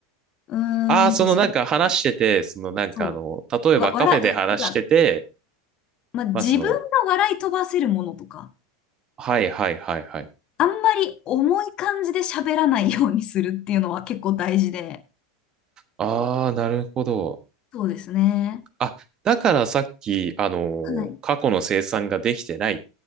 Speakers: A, on the left; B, on the right.
A: う
B: ああー、
A: ーんと、
B: そのなんか話してて、
A: そう、
B: そのなんかあの、
A: そ
B: 例えばカフェで話してて、
A: う、わ、笑、うんてか、まあ自分が笑い飛ばせるものとか、
B: まあその、はいはいはいはい。
A: あんまり重い感じで喋らないようにするっていうのは結構大事で、
B: ああ、なるほど。
A: そうですね。
B: あ、だからさっき、あの、
A: はい。
B: 過去の生産ができてないっ